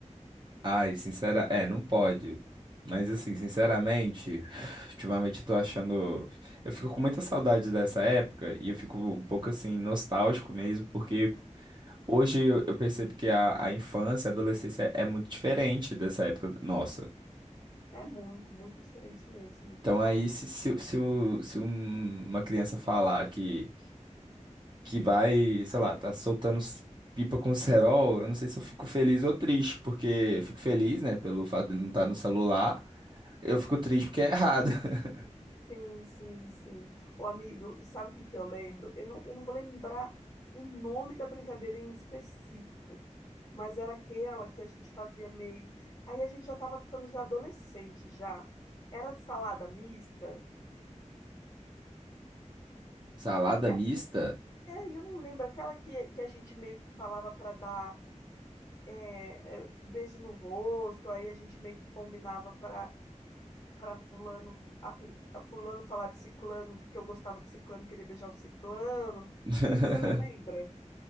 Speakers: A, on the right (about 40°); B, on the left (about 30°).
A: Ai, sincera... É, não pode. Mas, assim, sinceramente, <laughs> <sighs> ultimamente eu tô achando... Eu fico com muita saudade dessa época e eu fico um pouco, assim, nostálgico mesmo, porque hoje eu, eu percebo que a, a infância, a adolescência é muito diferente dessa época nossa.
B: É muito, muito diferente mesmo.
A: Então aí, se, se, se, o- se um- uma criança falar que que vai, sei lá, tá soltando s- pipa com cerol, eu não sei se eu fico feliz ou triste, porque eu fico feliz, né, pelo fato dele não estar no celular. Eu fico triste porque é errado. <laughs>
B: Sim, sim, sim. O amigo, e sabe o que que eu lembro? Eu não, eu não vou lembrar o nome da brincadeira em específico, mas era aquela que a gente fazia meio. Aí a gente já estava ficando já adolescente já. Era de salada mista?
A: Salada
B: É,
A: mista?
B: é, eu não lembro. Aquela que, que a gente meio que falava para dar é, é, beijo no rosto, aí a gente meio que combinava para para fulano, apli- fulano falar de ciclano, que eu gostava de ciclano, queria beijar o ciclano.
A: <laughs>
B: Você não lembra?